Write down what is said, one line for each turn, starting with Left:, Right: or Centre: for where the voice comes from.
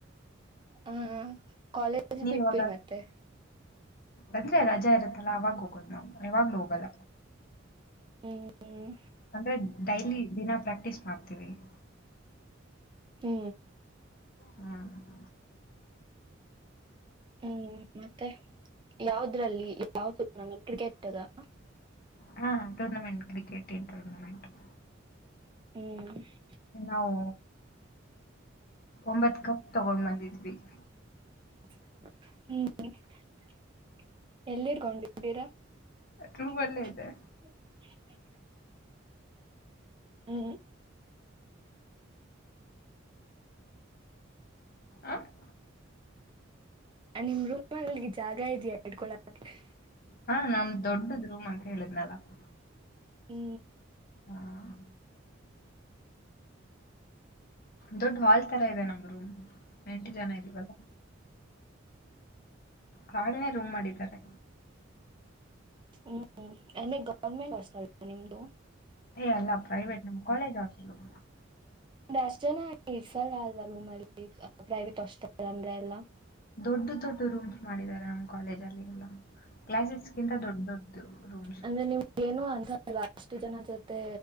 Right: ಹ್ಮ್ಮ್ ಹ್ಮ್ಮ್ ಕಾಲೇಜ್
Left: ನೀವ್
Right: ಬಿಟ್ಬ
Left: ಇವಾಗ
Right: ಮತ್ತೆ.
Left: ಅಂದ್ರೆ ರಜಾ ಇರತ್ತಲ್ಲ ಅವಾಗ ಹೋಗೋದ್ ನಾವ್ ಯಾವಾಗ್ಲೂ ಹೋಗಲ್ಲ.
Right: ಹ್ಮ್
Left: ಅಂದ್ರೆ ಡೈಲಿ ದಿನಾ ಪ್ರಾಕ್ಟೀಸ್ ಮಾಡ್ತೀವಿ. <inaudible>
Right: ಹೂ
Left: ಹಾ <inaudible>
Right: ಹೂ ಮತ್ತೆ ಯಾವದ್ರಲ್ಲಿ ಯಾವ ನಮ್ಮ ಕ್ರಿಕೆಟ ಅದ, <inaudible> <unintelligible>
Left: ಹಾ ಹಂತದ ಏನ್ ಕ್ರಿಕೆಟ್ ಏನ್ ಟೂರ್ನಮೆಂಟ್ <inaudible>
Right: ಹೂ <inaudible>
Left: ನಾವು ಒಂಬತ್ ಕಪ್ ತಗೊಂಡ್ ಬಂದಿದ್ವಿ. <inaudible>
Right: ಹೌದಾ <inaudible> ಎಲ್ಲಿರ್ಕೊಂಡ್ಡಿರಾ?
Left: ರೂಮಲ್ಲೇ
Right: <inaudible>
Left: ಇದೆ
Right: ಹು <inaudible> <unintelligible>
Left: ಆ <inaudible> <unintelligible>
Right: ನನ್ನ ರೋಮಲ್ಲಿ ಜಾಗ ಇದೆಯಾ ಇಡ್ಕೊಳ <inaudible> <unintelligible> <inaudible> <unintelligible>
Left: ಹಾ ನಮ್ದ್ ದೊಡ್ಡದ್ ರೂಮ್ ಅಂತ ಹೇಳಿದ್ನಲ್ಲ? <inaudible>
Right: ಹೂ
Left: ಹಾ <inaudible> ದೊಡ್ಡ ಹಾಲ್ ತರ ಇದೆ ನಮ್ಮ ರೂಮ್ <inaudible> ಎಂಟು ಜನ ಇದೀವಿ ಅಲ್ಲಾ? <inaudible> ಕಾಡಲೇ ರೂಮ್ ಮಾಡಿದ್ದಾರೆ.
Right: ಹೂ ಅಂದರೆ ಗೌರ್ಮೆಂಟ್ ಹಾಸ್ಪೆಲ್ ನಿಮ್ದು? <inaudible> <unintelligible>
Left: ಏ ಅಲ್ಲ ಪ್ರೈವೇಟ್ ನಮ್ಮ ಕಾಲೇಜ್ ಹಾಸ್ಟೆಲೂ <inaudible>
Right: ಅಷ್ಟ ಜನ ಇರಸಲ್ಲ ಅಲ್ವಾ ರೂಮ್ ಅಲ್ಲಿ ಪ್ರೈವೇಟ್ ಹಾಸ್ಪೆಟಲ್ ಅಂದ್ರೆ ಎಲ್ಲ? <inaudible> <unintelligible>
Left: ದೊಡ್ಡ ದೊಡ್ಡ ರೂಮ್ಸ್ ಮಾಡಿದ್ದಾರೆ ನಮ್ಮ ಕಾಲೇಜ್ ಅಲ್ಲಿ ಎಲ್ಲಾ <inaudible> ಕ್ಲಾಸಸ್ಗಿಂತ ದೊಡ್ಡ ದೊಡ್ಡ್ದ ರೂಮ್ಸ
Right: ಅಂದ್ರೆ
Left: <inaudible>
Right: ನಿಮ್ಗೆ ಏನು ಅನ್ಸೋಲ ಅಷ್ಟು ಜನ ಜೊತೆ